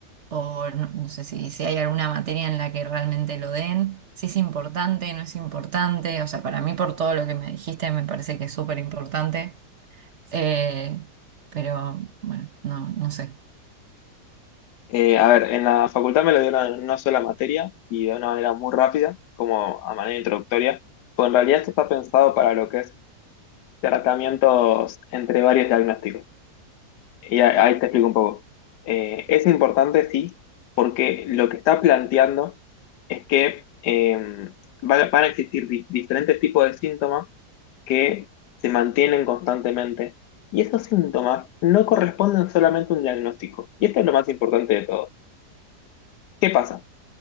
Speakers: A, on the right; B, on the left.
A: o no, no sé si, si hay alguna materia en la que realmente lo den, si es importante, no es importante. O sea, para mí, por todo lo que me dijiste, me parece que es súper importante. Eh, pero bueno, no, no sé.
B: Eh, a ver, en la facultad me lo dieron en una sola materia y de una manera muy rápida, como a manera introductoria, pues en realidad esto está pensado para lo que es tratamientos entre varios diagnósticos. Y a- ahí te explico un poco. Eh, es importante, sí, porque lo que está planteando es que eh, va- van a existir di- diferentes tipos de síntomas que se mantienen constantemente. Y esos síntomas no corresponden solamente a un diagnóstico. Y esto es lo más importante de todo. ¿Qué pasa?